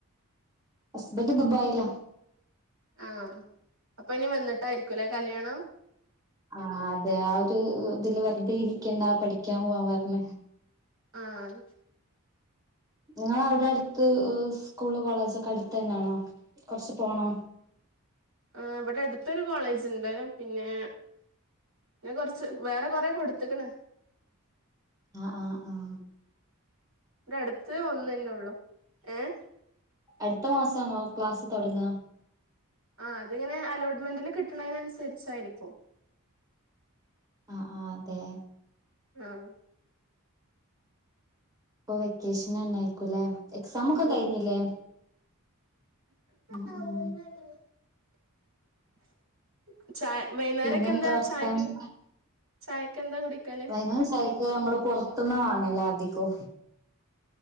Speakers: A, on the right (about 20°); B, on the right (about 75°).
A: ഹസ്ബന്റ് ദുബായില
B: ആഹ് അപ്പൊ ഇനി വന്നിട്ടായിരിക്കൂല്ലേ കല്യാണം
A: ആഹ് അതെ ആ ഒരു ഇതില് വെറുതെ ഇരിക്കേണ്ടാ പഠിക്കാൻ പോവാൻ പറഞ്ഞ
B: ആഹ്
A: നിങ്ങ അവിടെ അടുത്ത് സ്കൂള് കോളേജഒക്കെ അടുത്ത് തന്നെയാണോ കൊറച്ച് പോണോ
B: ആഹ് ഇവിടെ അടുത്തൊരു കോളേജ് ഉണ്ട് പിന്നെ കൊറച്ച് വേറെ കൊറെ കൊടുത്തക്ണ്
A: ആഹ് ആഹ് ആഹാ
B: ഇവിട അടുത്ത് ഒന്ന് തന്നെ ഉള്ളു ഏഹ്
A: അടുത്ത മാസാണോ ക്ലാസ് തുടങ്ങാ
B: ആഹ് അത് ഇങ്ങനെ അലോട്ട്മെന്റില് കിട്ടണതിനന്നുസരിച്ചായിരിക്കും
A: ആ ആ അതെ
B: ആഹ്
A: ഇപ്പൊ വെക്കേഷൻ തന്നെ ആയിക്കൂലെ. എക്സാം ഒക്കെ
B: ഉം
A: കഴിഞ്ഞില്ലേ.
B: <unintelligible>
A: ഉം ഉം
B: ചായ വൈകുന്നേരംക്കെ
A: പിന്നെന്താ
B: എന്താ
A: വർത്താനം
B: ചായക്ക്. ചായക് എന്താ കുടിക്കല്
A: വൈകുന്നേരം ച യ്ക്ക് നമ്മള് പുറത്തന്ന് വാങ്ങലോ അധികും